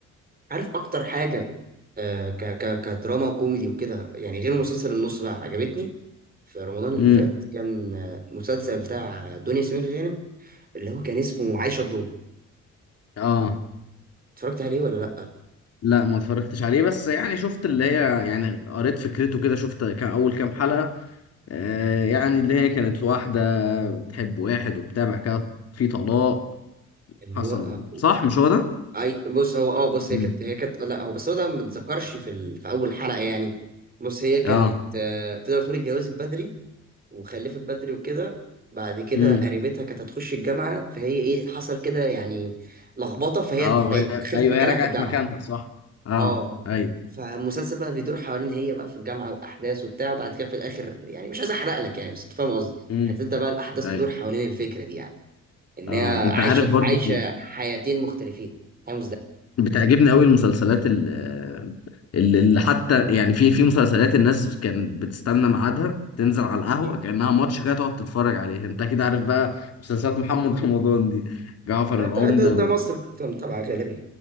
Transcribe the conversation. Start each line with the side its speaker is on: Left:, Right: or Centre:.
Right: عارف اكتر حاجه آه ك ك كدراما وكوميدي وكده يعني غير مسلسل النص بقى عجبتني في رمضان اللي
Left: امم
Right: فات كان آه، مسلسل بتاع دنيا سمير غانم اللي هو كان اسمه عايشه الدور
Left: اه
Right: اتفرجت عليه ولا لا
Left: لا ما اتفرجتش عليه بس يعني شفت اللي هي يعني قريت فكرته كده شفت كان اول كام حلقة آه يعني اللي هي كانت واحدة بتحب واحد وبتاع بعد كده في طلاق
Right: اللي
Left: حصل
Right: هو آه،
Left: صح مش هو ده
Right: اي بص هو اه بص هي
Left: امم.
Right: كانت هي كانت لا هو بس هو ده ما اتذكرش في ال... في اول حلقه يعني بص هي كانت
Left: اه
Right: آه، تقدر تقول اتجوزت بدري وخلفت بدري وكده بعد كده
Left: امم
Right: قريبتها كانت هتخش الجامعه فهي ايه حصل كده يعني لخبطه فهي
Left: اه
Right: بقت
Left: وهي-
Right: دخلت
Left: ايوه
Right: مكانها
Left: هي رجعت
Right: في الجامعه
Left: مكانها صح اه
Right: اه
Left: ايوه
Right: فالمسلسل بقى بيدور حوالين هي بقى في الجامعه واحداث وبتاع وبعد كده في الاخر يعني مش عايز احرق لك يعني بس أنت فاهم قصدي
Left: امم
Right: هتبدا بقى الاحداث
Left: ايوه
Right: تدور حوالين الفكره دي يعني ان
Left: اه
Right: هي
Left: انت
Right: عايشه
Left: عارف برضو
Right: عايشه حياتين مختلفين حياه
Left: بتعجبني قوي المسلسلات ال- اللي اللي حتى يعني في في مسلسلات الناس كانت بتستنى ميعادها تنزل على القهوه
Right: مزدوجه
Left: كانها ماتش كده تقعد تتفرج عليه انت اكيد عارف بقى مسلسلات محمد رمضان دي جعفر
Right: لا
Left: العمده
Right: ده ده, ده مصر كلها طبعا غالبا